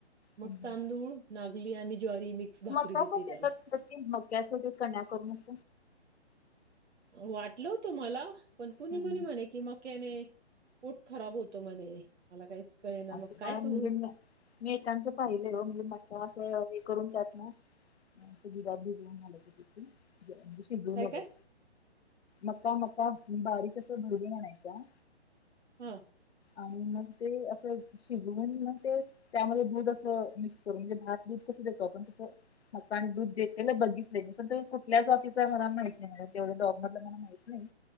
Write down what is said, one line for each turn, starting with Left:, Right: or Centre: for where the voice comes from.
Right: मग
Left: हम्म.
Right: तांदूळ, ना यांनी आणि ज्वारी मिक्स भाकरी
Left: मका
Right: देते
Left: पण
Right: त्याला
Left: देतात, मकयाच पण काण्या करून अस
Right: वाटल होते मला पण कुणी
Left: हम्म
Right: कुणी म्हणे कि मक्याने पोट खराब होत म्हणे, मला काहीच कळे ना
Left: अस
Right: मग काय
Left: पण
Right: करू
Left: म्हणजे मी ऐका न च, पाहिले हो म्हणजे म्हणजे असं करून त्यात ना दुधात भिजवून झालं तिथून. म्हणजे शिजवून
Right: काय
Left: वगैरे,
Right: काय
Left: मका -मका बारीक असं भरडून आणायचे. का?
Right: हा
Left: आणि मग ते असं शिजवून मग ते त्यामध्ये दूध अस मिक्स करू म्हणजे भात दूध कसं देत आपण त मकाने दूध देतलेलं बघितच नाही पण ते कुठल्याच जातीचं मला माहित नाही तेवढ्या डॉग मधले मला माहित नाही.